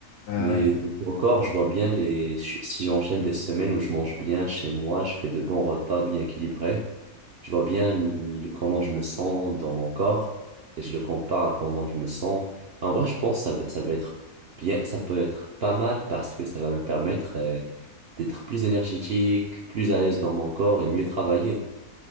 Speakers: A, on the left; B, on the right.
A: Ouais, ouais.
B: mais
A: ouais.
B: donc, encore, je vois bien les... Si j'enchaîne des semaines où je mange bien chez moi, je fais de bons repas bien équilibrés. Je vois bien le- comment je me sens dans mon corps et je le compare à comment je me sens. En vrai, je pense que ça, va- ça va être bien, ça peut être pas mal parce que ça va me permettre euh, d'être plus énergétique, plus à l'aise dans mon corps et mieux travailler.